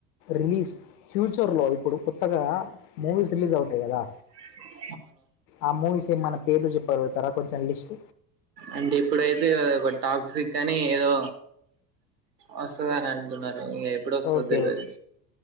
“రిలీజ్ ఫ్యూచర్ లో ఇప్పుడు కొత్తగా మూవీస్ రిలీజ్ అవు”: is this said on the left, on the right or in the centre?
Left